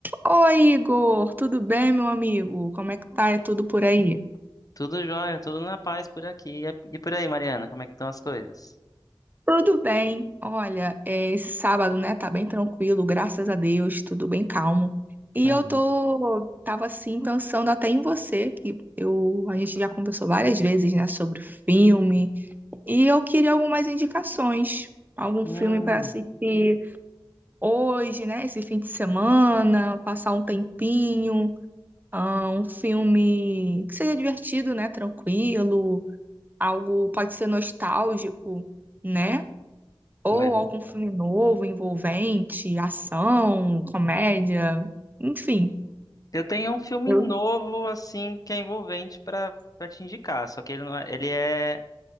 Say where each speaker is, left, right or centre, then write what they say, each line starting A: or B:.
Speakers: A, on the right (about 20°); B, on the left (about 40°).
A: Oi, Igor, tudo bem, meu amigo? Como é que tá? É tudo por aí?
B: Tudo jóia, tudo na paz por aqui. E é, e por aí, Mariana, como é que estão as coisas?
A: Tudo bem. Olha, é, esse sábado, né, tá bem tranquilo, graças a Deus, tudo bem calmo. E
B: Uhum.
A: eu tô, tava assim, pensando até em você, que eu, a gente já conversou várias vezes, né, sobre filme, e eu queria algumas indicações, algum
B: Hum,
A: filme para assistir hoje, né, esse fim de semana, passar um tempinho, ah, um filme que seja divertido, né, tranquilo. algo pode ser nostálgico, né? Ou
B: mas
A: algum filme novo, envolvente, ação, comédia, enfim.
B: eu tenho um filme
A: Eu
B: novo, assim, que é envolvente pra para te indicar. Só que ele não é, ele é,